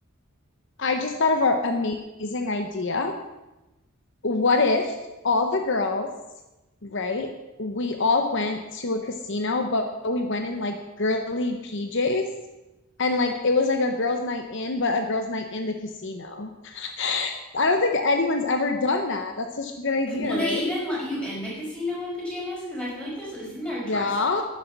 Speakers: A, on the left; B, in the centre.
A: I just thought of an amazing idea. What if all the girls, right? We all went to a casino, but we went in like girly PJs and like it was like a girls' night in, but a girls' night in the casino. <laughs> I don't think anyone's ever done that. That's such a good idea,
B: Will they
A: right?
B: even let you in the casino in pajamas? Because I feel like there's isn't there a dress?
A: Yeah,